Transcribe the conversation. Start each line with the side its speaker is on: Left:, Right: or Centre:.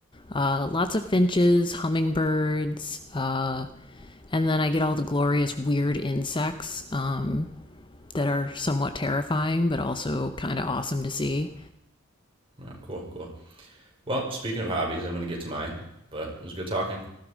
Left: Uh, lots of finches, hummingbirds, uh, and then I get all the glorious weird insects um, that are somewhat terrifying, but also kind of awesome to see.
Right: Oh, cool, cool. Well, speaking of hobbies, I'm going to get to mine, but it was good talking.